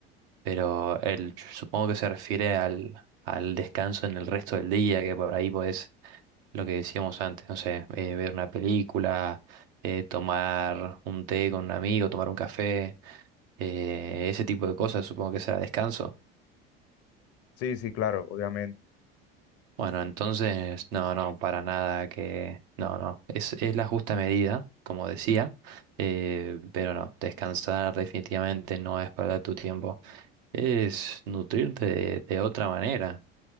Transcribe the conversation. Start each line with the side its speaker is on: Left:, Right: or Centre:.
Right: Pero el, supongo que se refiere al, al descanso en el resto del día, que por ahí pues lo que decíamos antes, no sé, eh, ver una película, eh, tomar un té con un amigo, tomar un café, eh, ese tipo de cosas, supongo que será descanso.
Left: Sí, sí, claro, obviamente.
Right: Bueno, entonces, no, no, para nada que, no, no, es, es la justa medida, como decía, eh, pero no, descansar definitivamente no es perder tu tiempo es nutrirte de, de otra manera,